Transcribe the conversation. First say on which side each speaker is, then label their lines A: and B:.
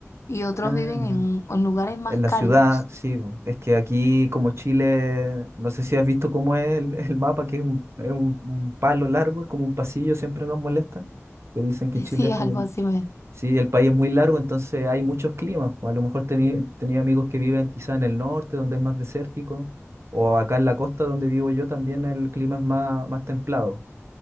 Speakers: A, on the left (about 65°); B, on the right (about 60°).
A: y otros
B: Ah,
A: viven
B: ya.
A: en, en lugares más
B: En
A: cálidos.
B: la ciudad, sí. bo. Es que aquí como Chile, no sé si has visto cómo es el, el mapa, que es un, es un- un palo largo, es como un pasillo, siempre nos molesta. Que dicen que
A: <laughs>
B: Chile
A: Sí,
B: es como
A: algo
B: un...
A: así me...
B: Sí, el país es muy largo, entonces hay muchos climas. po. A lo mejor tení tenía amigos que viven quizá en el norte, donde es más desértico, o acá en la costa donde vivo yo también el clima es más, más templado.